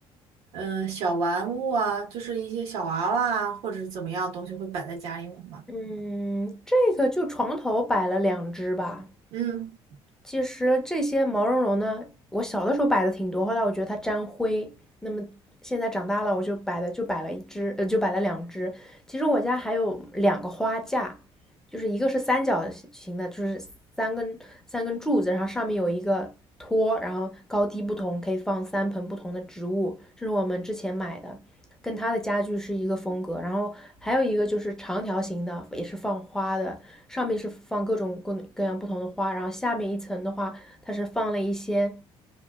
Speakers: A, on the right (about 80°); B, in the centre.
A: 嗯、呃小玩物啊，就是一些小娃娃啊，或者是怎么样的东西会摆在家里面吗？
B: 嗯，这个就床头摆了两只吧。
A: 嗯，
B: 其实这些毛茸茸呢，我小的时候摆的挺多，后来我觉得它沾灰，那么现在长大了，我就摆的就摆了一只，呃，就摆了两只。其实我家还有两个花架，就是一个是三角形的，就是三根三根柱子，然后上面有一个托，然后高低不同，可以放三盆不同的植物，这是我们之前买的。跟他的家具是一个风格。然后还有一个就是长条形的，也是放花的，上面是放各种各各样不同的花，然后下面一层的话，它是放了一些。